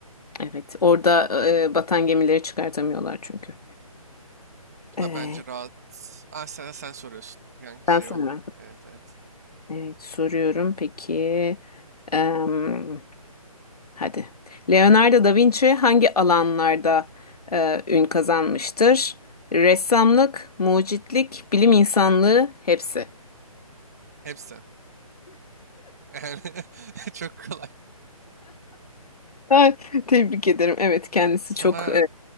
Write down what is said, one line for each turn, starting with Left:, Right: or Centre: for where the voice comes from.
Left: Evet. Orada e, batan gemileri çıkartamıyorlar çünkü.
Right: Bu
Left: Evet.
Right: da bence rahat. Ah sen, sen soruyorsun. Yani şey
Left: Ben sana.
Right: oldu. Evet evet.
Left: Evet, soruyorum. Peki. em, hadi. Leonardo da Vinci hangi alanlarda e, ün kazanmıştır? Ressamlık, mucitlik, bilim insanlığı hepsi.
Right: Hepsi. Yani <laughs> çok kolay.
Left: Ay, tebrik ederim. Evet, kendisi
Right: Sana
Left: çok